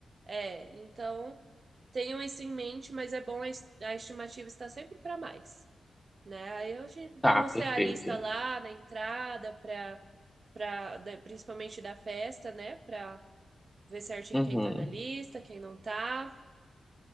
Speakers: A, on the right; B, in the centre.
A: É, então tenham isso em mente, mas é bom a es- a estimativa estar sempre para mais, né? Aí hoje
B: Tá,
A: vamos
B: perfeito.
A: ter a lista lá na entrada para para principalmente da festa, né? Para ver certinho
B: Uhum.
A: quem tá na lista, quem não tá.